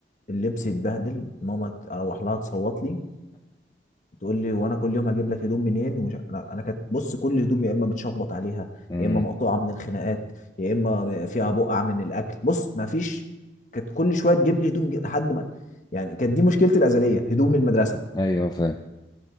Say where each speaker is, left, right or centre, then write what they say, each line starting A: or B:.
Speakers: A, on the left; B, on the left.
A: اللبس يتبهدل ماما ت- أروح لها تصوت لي تقول لي وانا كل يوم هجيب لك هدوم منين ومش انا انا كانت بص كل هدوم يا اما متشخبط عليها
B: مم.
A: يا اما مقطوعه من الخناقات يا اما فيها بقع من الاكل بص ما فيش كانت كل شويه تجيب لي هدوم ج- لحد ما يعني كانت دي مشكلتي الازليه هدوم من المدرسه
B: ايوه فاهم